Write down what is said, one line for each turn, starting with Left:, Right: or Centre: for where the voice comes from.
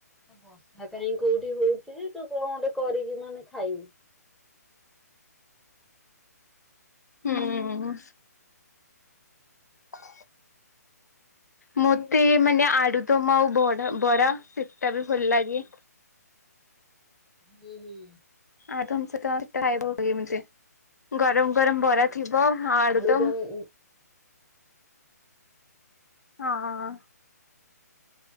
Centre: ବର୍ଷା କାଇହିଁ କୋଉଠି ହଉଛି ତୁ କଣ ଗୋଟେ କରିକି ମାନେ ଖାଇବୁ।
Left: ହୁଁ। ହ ମତେ ମାନେ ଆଡୁଦମା ଆଉ ବ ବରା ସେତଟା ବି ଭଲ ଲାଗେ।
Centre: ହୁଁ ହୁଁ।
Left: ଆ ତମ ସତ ଖାଇବମ ଗରମ ଗରମ ବରା
Centre: ହଁ
Left: ଥିବ ଆ ଆଡୁଦମ।
Centre: ଆଳୁଦମ୍ ହଁ
Left: ହଁ ହଁ।